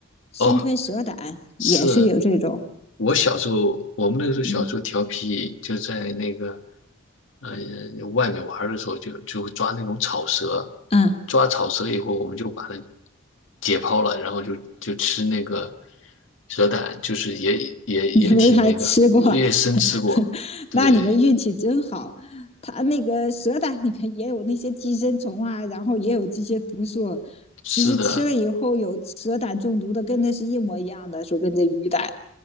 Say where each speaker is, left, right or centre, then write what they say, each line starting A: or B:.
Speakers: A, on the left; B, on the left.
A: 生吞蛇胆也是有这种，
B: 哦。是我小时候，我们那个时候小时候调皮，
A: 嗯
B: 就在那个，呃，呃外面玩儿的时候就，就抓那种草蛇，
A: 嗯，
B: 抓草蛇以后，我们就把它解剖了，然后就就吃那个蛇胆，就是也也也挺那个，
A: 你们还吃过，
B: 我也生吃过，
A: <laughs>
B: 对，
A: 那你们运气真好。它那个蛇胆里面也有那些寄生虫啊，然后也有这些毒素。其实吃了以后有蛇胆中毒的，
B: 是的，
A: 跟那是一模一样的，说跟这鱼胆